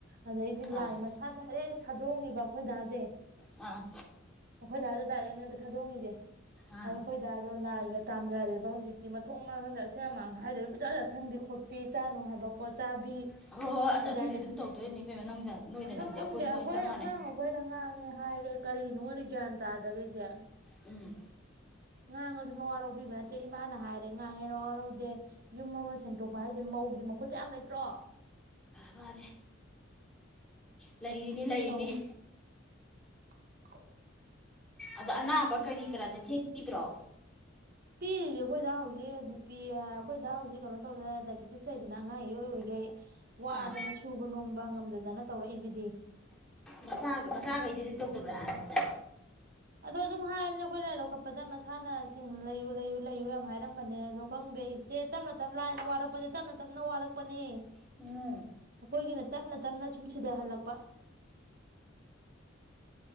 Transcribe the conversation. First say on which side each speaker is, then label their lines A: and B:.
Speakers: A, on the right; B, in the centre.
A: ꯑꯗꯩꯗꯤ
B: ꯑꯥ
A: ꯂꯥꯏ ꯃꯁꯥ ꯗꯥꯏꯔꯦꯛ ꯁꯥꯗꯣꯡꯉꯤꯕ ꯑꯩꯈꯣꯏꯗꯥꯁꯦ
B: ꯑꯥ
A: ꯑꯩꯈꯣꯏ ꯗꯥꯗ ꯇꯥꯛꯔꯛꯦꯅꯦꯕ ꯁꯥꯗꯣꯡꯉꯁꯦ
B: ꯑꯥ
A: ꯑꯗ ꯑꯩꯈꯣꯏ ꯗꯥꯗꯣ ꯂꯥꯏꯒ ꯇꯥꯝꯅꯔꯦꯕ ꯍꯧꯖꯤꯛꯇꯤ ꯤ ꯃꯊꯣꯡ ꯃꯝꯗ ꯑꯁꯦꯡ ꯑꯃꯥꯡ ꯍꯥꯏꯗꯕꯤ ꯄꯨꯖꯥ ꯆꯥꯁꯤꯟꯕꯤ ꯈꯣꯠꯄꯤ ꯆꯥꯅꯨ ꯍꯥꯏꯕ ꯄꯣꯠ ꯆꯥꯕꯤ
B: ꯍꯣꯏ ꯍꯣꯏ ꯑꯁ
A: ꯃꯗꯥꯏꯅꯦ
B: ꯑꯗꯨꯗꯤ ꯑꯗꯨꯝ ꯇꯧꯗꯣꯏꯅꯤ ꯏꯕꯦꯝꯃ ꯅꯪꯗ ꯅꯣꯏꯗ
A: ꯅꯅ
B: ꯅꯠꯇꯦ
A: ꯈꯪꯗꯦ
B: ꯑꯩꯈꯣꯏꯁꯨ ꯉꯥꯏ
A: ꯑꯩꯈꯣꯏ
B: ꯆꯞ ꯃꯥꯟꯅꯩ
A: ꯑꯉꯥꯡ ꯑꯩꯈꯣꯏꯅ ꯉꯥꯡꯉꯦ ꯍꯥꯏꯔꯦ ꯀꯔꯤꯅꯣꯅ ꯒ꯭ꯌꯥꯟ ꯇꯥꯗꯈꯩꯁꯦ
B: ꯎꯝ
A: ꯉꯥꯡꯉꯁꯨ ꯃꯋꯥ ꯂꯧꯕꯤꯕ ꯅꯠꯇꯦ ꯏꯃꯥꯅ ꯍꯥꯏꯔꯦ ꯉꯥꯡꯉꯦ ꯃꯋꯥ ꯂꯧꯗꯦ ꯌꯨꯝ ꯑꯃ ꯁꯦꯝꯗꯣꯛꯄ ꯍꯥꯏꯁꯦ ꯃꯧꯒꯤ ꯃꯈꯨꯠꯇ ꯌꯥꯝ ꯂꯩꯇ꯭ꯔꯣ
B: ꯃꯥ
A: <unintelligible>
B: ꯂꯩꯔꯤꯅꯤ ꯂꯩꯔꯤꯅꯤ
A: ꯇꯧꯏ <unintelligible>
B: ꯑꯗꯣ ꯑꯅꯥꯕ ꯀꯔꯤ ꯀꯔꯥꯁꯦ ꯊꯦꯡꯕꯤꯗ꯭ꯔꯣ
A: ꯄꯤꯔꯤꯁꯦ ꯑꯩꯈꯣꯏꯗ ꯍꯧꯖꯤꯛ ꯕꯤꯄꯤꯤ ꯑꯩꯈꯣꯏꯗ ꯍꯧꯖꯤꯛ ꯀꯩꯅꯣ ꯇꯧꯗꯅ ꯗꯥꯏꯕꯤꯦꯇꯤꯁ ꯂꯩꯗꯅ ꯑꯉꯥ ꯑꯏ ꯑꯣꯏꯔꯤꯈꯩ ꯋꯥꯗꯅ
B: ꯑꯥ
A: ꯁꯨꯕ ꯅꯣꯝꯕ ꯉꯝꯗꯗꯅ ꯇꯧꯔꯛꯏꯁꯤꯗꯤ
B: ꯃꯆꯥ ꯃꯆꯥꯈꯩꯗꯤꯗꯤ ꯇꯧꯗꯕ꯭ꯔꯥꯅ
A: ꯑꯗꯣ ꯑꯗꯨꯝ ꯍꯥꯏꯕꯅꯦ ꯑꯩꯈꯣꯏ ꯂꯥꯏꯔꯤ ꯂꯧꯈꯠꯄꯗ ꯃꯁꯥꯅ ꯁꯦꯡꯅ ꯂꯩꯌꯨ ꯂꯩꯌꯨ ꯂꯩꯌꯨ ꯌꯥꯝ ꯍꯥꯏꯔꯝꯕꯅꯦ ꯑꯗꯣ ꯈꯪꯗꯦ ꯁꯦ ꯇꯞꯅ ꯇꯞ ꯂꯥꯏꯔ ꯋꯥꯔꯛꯄꯅꯦ ꯇꯞꯅ ꯇꯞꯅ ꯋꯥꯔꯛꯄꯅꯦ
B: ꯎꯝ
A: ꯑꯩꯈꯣꯏꯒꯤꯅ ꯇꯞꯅ ꯇꯞꯅ ꯁꯨꯝ ꯁꯤꯗꯍꯜꯂꯛꯄ